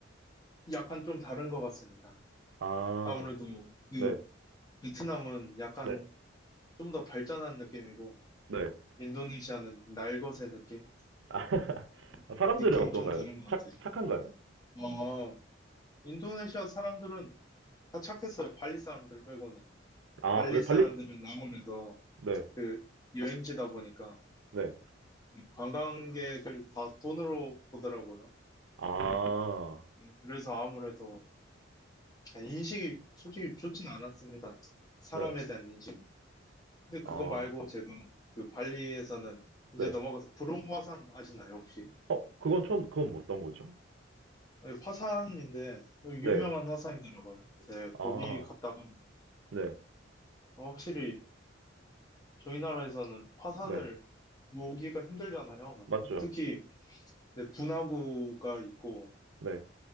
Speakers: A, on the left; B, on the right.
A: 약간 좀 다른 것 같습니다.
B: 아,
A: 아무래도 뭐 그
B: 네,
A: 베트남은 약간
B: 네,
A: 좀 더 발전한 느낌이고,
B: 네.
A: 인도네시아는 날것의 느낌?
B: 아,
A: 느-
B: <laughs> 사람들은
A: 느낌이
B: 어떤가요?
A: 좀 다른 것 같아요.
B: 착, 착한가요?
A: 아, 인도네시아 사람들은 다 착했어요. 발리 사람들 빼고는.
B: 아,
A: 발리
B: 왜
A: 사람들은
B: 발리?
A: 아무래도
B: 네,
A: 그 여행지다 보니까
B: 네.
A: 관광객을 다 돈으로 보더라고요.
B: 아,
A: 예, 그래서 아무래도 아, 인식이 솔직히 좋진 않았습니다. 사람에
B: 네.
A: 대한 인식은. 근데 그거
B: 아,
A: 말고 제가 그 발리에서는 이제
B: 네.
A: 넘어가서 브롬 화산 아시나요, 혹시?
B: 어, 그건 처음, 그건 뭐 어떤 거죠?
A: 아니, 화산인데
B: 네.
A: 유명한 화산이더라고요. 네,
B: 아,
A: 거기 갔다가
B: 네.
A: 어, 확실히 저희 나라에서는 화산을
B: 네.
A: 보기가 힘들잖아요.
B: 맞죠.
A: 특히 네, 분화구가 있고
B: 네.